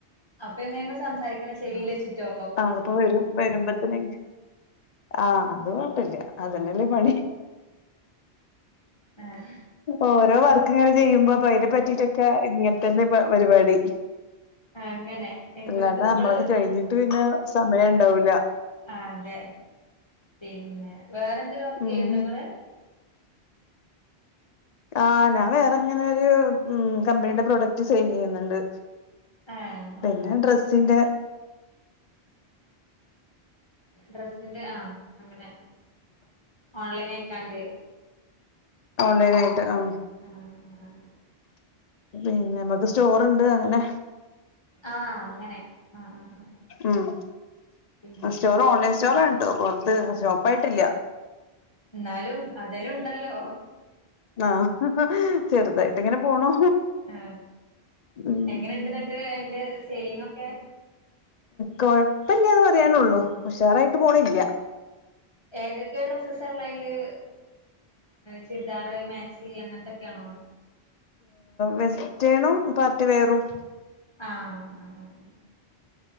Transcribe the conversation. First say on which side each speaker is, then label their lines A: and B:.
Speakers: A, on the left (about 25°); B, on the left (about 50°).
A: അപ്പൊ എങ്ങനെ ഇങ്ങൾ സംസാരിക്കണെ ചെവിയിൽ വെച്ചിട്ടോ
B: ആ അതപ്പോ വരും വരുമ്പോത്തന് ആ് അത് കുഴപ്പില്ല തന്നല്ലേ പണി
A: ആഹ്
B: ഓരോ വർക്ക് ഇങ്ങനെ ചെയ്യുമ്പോ അപ്പൊ അതിനെ പറ്റിയിട്ടൊക്കെ ഇങ്ങനെതന്നെ പരിപാടി
A: അങ്ങനെ ഇങ്ങക്ക്
B: അല്ലാണ്ട്
A: ഇങ്ങള്
B: നമ്മളത് കഴിഞ്ഞിട്ട് പിന്നെ സമയം ഉണ്ടാവല
A: അതെ പിന്നെ വേറെന്തേങ്കലും വർക്ക്
B: ഉം
A: ചെയ്യണ്ട നിങ്ങള്
B: ആ ഞാൻ വേറെങ്ങനെ ഒരു കമ്പനിയുടെ പ്രൊഡക്റ്റ് സെയിൽ ചെയ്യുന്നുണ്ട്
A: ആഹ്
B: പിന്നെ
A: ആഹ്
B: ഡ്രസ്സിന്റെ
A: ഡ്രെസ്സിന്റെ ആ അങ്ങനെ ഓൺലൈൻ അയക്കാണ്ട്
B: ഓൺലൈന ആയിട്ട് ആ
A: ആഹ് ആഹ്
B: പിന്നെ നമക്ക് സ്റ്റോറുണ്ട് അങ്ങനെ
A: ആഹ് അങ്ങനെ ആഹ് ആഹ് ആഹ്
B: ഉം
A: പിന്നെ
B: സ്റ്റോറ ഓൺലൈൻ സ്റ്റോറണ് കേട്ടോ പുൊറത്ത് ഷോപ്പ ആയിട്ടില്ല
A: എന്നാലും അതേലും ഉണ്ടല്ലോ
B: ആഹ് ചെറുതായിട്ട് ഇങ്ങനെ പോണു
A: ആ
B: ഉം
A: എങ്ങനെണ്ട് എന്നട്ട് അതിന്റെ സെലിങ്ങൊക്കെ
B: കൊഴപ്പില്ലന്ന് പറയാനുള്ളൂ ഉഷാറായിട്ട് പോണില്ല
A: ഏതൊക്കെ ഡ്രസ്സസ് ഉള്ള അതില് ചുരിദാർ മാക്സി അങ്ങനത്തെക്കെ ആണോ
B: വെസ്റ്റേണും പാർട്ടി വേറും
A: ആഹ് ആഹ്